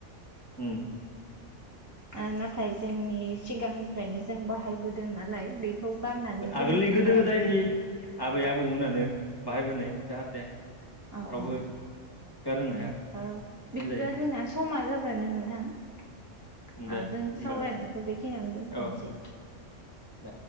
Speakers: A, on the left; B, on the right.
A: उम
B: ओ नाथाय जोंनि सिगांनिफ्रायनो जों बाहायबोदों नालाय बे खौ गारनानै दोननायाबो
A: आगोलनि गोदो गोदायनि
B: अ
A: आबै आबौमोनानो बाहायबोनाय जाहाथे
B: अ
A: रावबो
B: अ
A: गारहोनो हाया
B: उम ओ बिदिबा
A: होनजायो
B: जोंना समा जाबायमोन नों थां
A: दे
B: जोंनि
A: होमबालाय
B: सावरायनायखौ बेखिनियावनो दोनथ'नोसै‌।
A: औ दे